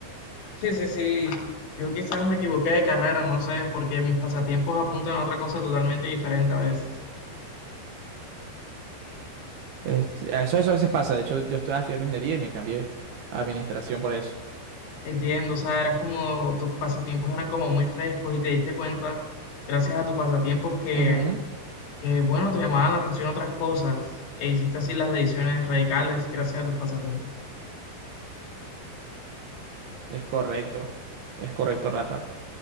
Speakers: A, on the left; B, on the right.
A: Sí, sí, sí. Yo quizás me equivoqué de carrera, no sé, porque mis pasatiempos apuntan a otra cosa totalmente diferente a veces.
B: Es- eso, eso a veces pasa. De hecho, yo estoy estudiando ingeniería y me cambié a administración por eso.
A: Entiendo, o sea, eras como, tus pasatiempos eran como muy frescos y te diste cuenta, gracias a tus pasatiempos, que,
B: Ujú,
A: que, bueno, te llamaban la atención otras cosas e hiciste así las decisiones radicales gracias a tus pasatiempos.
B: Es correcto. Es correcto, Rafa.